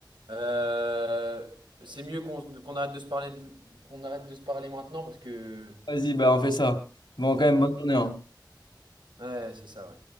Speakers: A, on the right; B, on the left.
A: Euh, c'est mieux qu'on qu'on arrête de se parler, qu'on arrête de se parler maintenant parce que.
B: Vas-y, bah, on fait ça. Bon, quand même, bonne journée. hein.
A: Ouais, c'est ça, ouais.